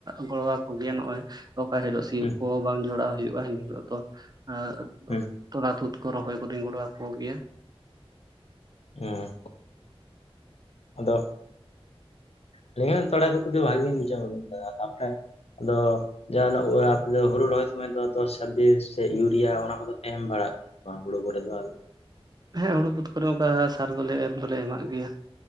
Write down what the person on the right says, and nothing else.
ᱜᱚᱲᱚ ᱟᱠᱚ ᱜᱮᱭᱟ ᱱᱚᱜ-ᱚᱭ ᱚᱠᱟ ᱦᱤᱞᱳᱜ ᱥᱤᱭᱳᱜ
ᱠᱚ ᱵᱟᱝ ᱡᱚᱲᱟᱣ ᱦᱩᱭᱩᱜᱼᱟ ᱮᱱ ᱦᱤᱞᱚᱜ᱾ ᱛᱚ ᱮ
ᱛᱚᱞᱟ ᱛᱩᱫ ᱠᱚ ᱨᱚᱦᱚᱭ ᱠᱚᱫᱚᱧ ᱜᱚᱲᱚ ᱟᱠᱚ ᱜᱮᱭᱟ ᱾
ᱦᱮᱸ ᱦᱩᱲᱩ ᱵᱟᱹᱫᱽ ᱠᱚᱨᱮ ᱚᱱᱠᱟ ᱥᱟᱨ ᱫᱚᱞᱮ ᱮᱢ ᱫᱚᱞᱮ ᱮᱢᱟᱜ ᱜᱮᱭᱟ